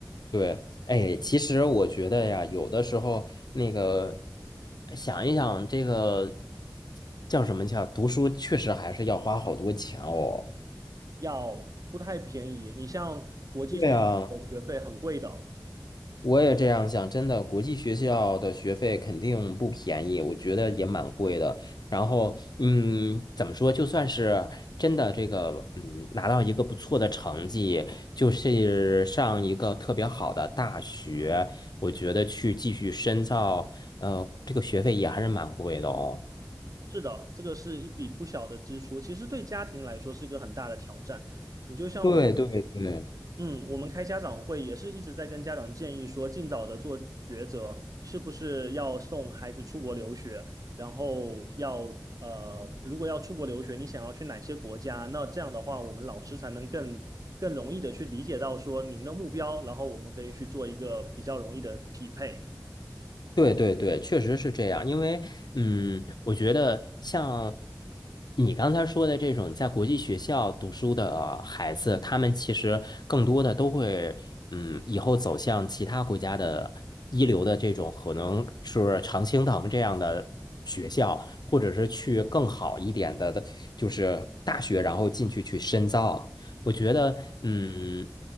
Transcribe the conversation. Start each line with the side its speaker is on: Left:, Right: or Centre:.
Left: 对，哎，其实我觉得呀，有的时候那个想一想，这个叫什么叫读书，确实还是要花好多钱哦。
Right: 要不太便宜。你像国际学校学费很贵的，
Left: 对呀。我也这样想，真的，国际学校的学费肯定不便宜，我觉得也蛮贵的。然后，嗯，怎么说，就算是真的这个，嗯，拿到一个不错的成绩，就是上一个特别好的大学，我觉得去继续深造，呃，这个学费也还是蛮贵的哦。
Right: 是的，这个是一笔不小的支出，其实对家庭来说是一个很大的挑战。你就像我，
Left: 对对对，
Right: 嗯，我们开家长会也是一直在跟家长建议说，尽早的做抉择，是不是要送孩子出国留学，然后要呃，如果要出国留学，你想要去哪些国家？那这样的话，我们老师才能更更容易的去理解到说您的目标，然后我们可以去做一个比较容易的匹配。
Left: 对对对，确实是这样。因为，嗯，我觉得像你刚才说的这种在国际学校读书的孩子，他们其实更多的都会，嗯，以后走向其他国家的一流的这种，可能是常青藤这样的学校，或者是去更好一点的，的就是大学，然后进去去深造。我觉得，嗯，